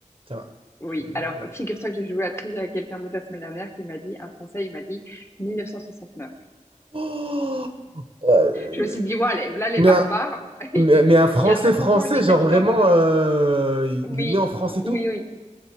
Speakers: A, on the right; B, on the left.
A: Ça va.
B: Oui,
A: Tu me
B: alors
A: débrouilles.
B: figure-toi que j'ai joué à Trivia avec quelqu'un d'autre la semaine dernière qui m'a dit, un Français, il m'a dit 1969.
A: Oh Euh,
B: Je me suis dit,
A: <gasps>
B: ouais, les- là les
A: mais,
B: barbares,
A: un,
B: <laughs> il,
A: mais, mais un français
B: il y a 500
A: français,
B: ans, il décapitait
A: genre vraiment,
B: encore des
A: euh,
B: gens.
A: il
B: Oui,
A: est né en France
B: oui,
A: et tout?
B: oui,